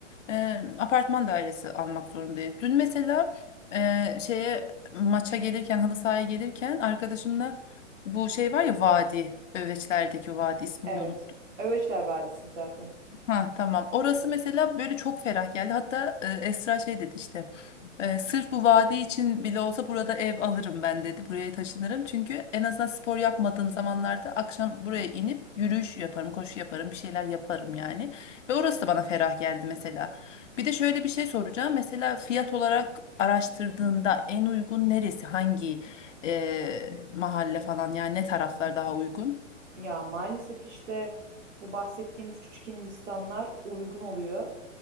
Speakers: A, on the left (about 75°); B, on the right (about 70°).
A: e, apartman dairesi almak zorundayız. Dün mesela e, şeye maça gelirken halı sahaya gelirken arkadaşımla bu şey var ya vadi Öveçler'deki vadi ismini
B: Evet.
A: de unuttum.
B: Öveçler Vadisi zaten.
A: Ha tamam. Orası mesela böyle çok ferah geldi. Hatta e, Esra şey dedi işte. e, sırf bu vadi için bile olsa burada ev alırım ben dedi. Buraya taşınırım. Çünkü en azından spor yapmadığım zamanlarda akşam buraya inip yürüyüş yaparım, koşu yaparım, bir şeyler yaparım yani. Ve orası da bana ferah geldi mesela. Bir de şöyle bir şey soracağım. Mesela fiyat olarak araştırdığında en uygun neresi? Hangi e, mahalle falan yani ne taraflar daha uygun?
B: Ya maalesef işte bu bahsettiğimiz küçük Hindistanlar uygun oluyor.